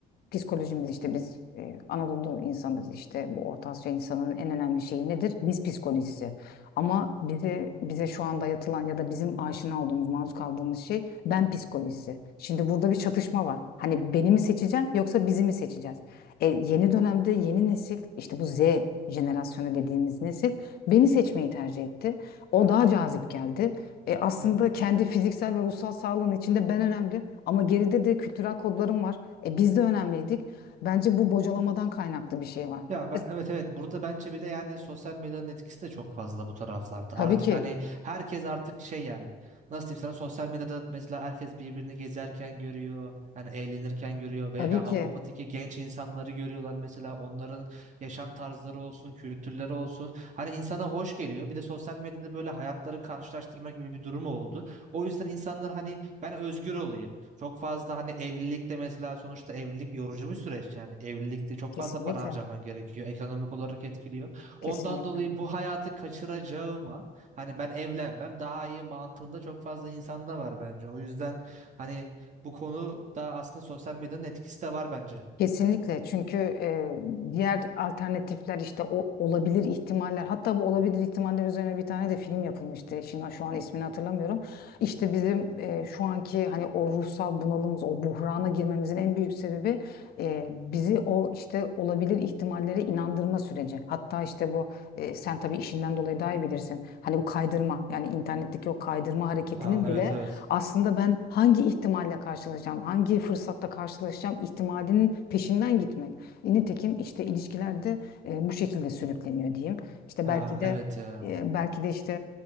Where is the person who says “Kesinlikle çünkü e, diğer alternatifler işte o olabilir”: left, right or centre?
Left